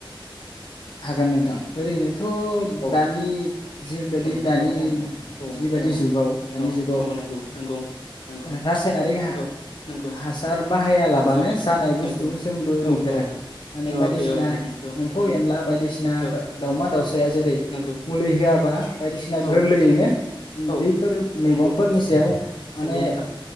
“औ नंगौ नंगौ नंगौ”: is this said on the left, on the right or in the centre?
Left